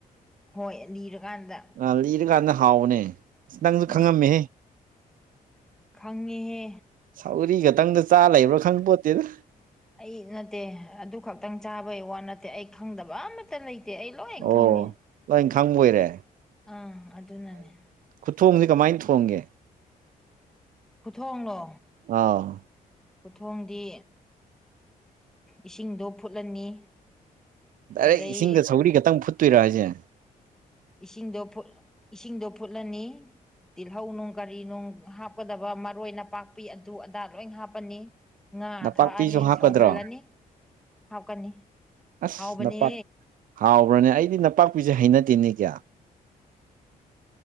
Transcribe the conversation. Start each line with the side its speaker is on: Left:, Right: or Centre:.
Centre: ꯍꯣꯏ ꯂꯤꯔꯀꯥꯟꯗ
Right: ꯑ ꯂꯤꯔꯀꯥꯟꯗ ꯍꯥꯎꯕꯅꯦ ꯑꯁ ꯅꯪꯁꯨ
Centre: ꯎꯝ
Right: ꯈꯪꯉꯝꯃꯦꯍꯦ
Centre: ꯈꯪꯉꯤꯍꯦ
Right: ꯁꯧꯒ꯭ꯔꯤ ꯈꯛꯇꯪꯗ ꯆꯥ ꯂꯩꯕ꯭ꯔꯥ ꯈꯪꯄꯣꯠꯇꯦꯗ
Centre: ꯑꯩ ꯅꯠꯇꯦ ꯑꯗꯨ ꯈꯛꯇꯪ ꯆꯥꯕꯩ ꯋꯥ ꯅꯠꯇꯦ ꯑꯩ ꯈꯪꯗꯕ ꯑꯃ ꯑꯠꯇ ꯂꯩꯇꯦ ꯑꯩ ꯂꯣꯏ
Right: ꯑꯣ
Centre: ꯈꯪꯉꯦ
Right: ꯂꯣꯏ ꯈꯪꯕ ꯑꯣꯏꯔꯦ
Centre: ꯑꯥ ꯑꯗꯨꯅꯅꯦ
Right: ꯈꯨꯊꯣꯡꯁꯤꯦ ꯀꯃꯥꯏꯅ ꯊꯣꯡꯒꯦ
Centre: ꯈꯨꯊꯣꯡꯂꯣ
Right: ꯑꯥꯎ
Centre: ꯈꯨꯊꯣꯡꯗꯤ ꯏꯁꯤꯡꯗꯣ ꯐꯨꯠꯂꯅꯤ
Right: ꯗꯥꯏꯔꯦꯛ
Centre: ꯑꯗꯩ
Right: ꯏꯁꯤꯡꯗ ꯁꯧꯔꯤ ꯈꯛꯇꯪ ꯐꯨꯠꯇꯣꯏꯔꯣ ꯍꯥꯏꯁꯦ
Centre: ꯏꯁꯤꯡꯗꯣ ꯏꯁꯤꯡꯗꯣ ꯐꯨꯠꯂꯅꯤ ꯇꯤꯜꯍꯧ ꯅꯨꯡ ꯀꯔꯤ ꯅꯨꯡ ꯍꯥꯞꯀꯗꯕ ꯃꯔꯣꯏ ꯅꯄꯥꯛꯄꯤ ꯑꯗꯨ ꯑꯗꯥ ꯂꯣꯏ ꯍꯥꯞꯄꯅꯤ ꯉꯥ
Right: ꯅꯄꯥꯛꯄꯤꯁꯨ
Centre: ꯊꯥꯛꯑꯅꯤ
Right: ꯍꯥꯞꯀꯗ꯭ꯔꯣ
Centre: ꯁꯧꯍꯜꯂꯅꯤ ꯍꯥꯞꯀꯅꯤ
Right: ꯑꯁ
Centre: ꯍꯥꯎꯕꯅꯦ
Right: ꯅꯄꯥꯛ ꯍꯥꯎꯕ꯭ꯔꯅꯦ ꯑꯩꯗꯤ ꯅꯄꯥꯛꯄꯤꯁꯦ ꯍꯩꯅꯗꯦꯅꯦ ꯀꯌꯥ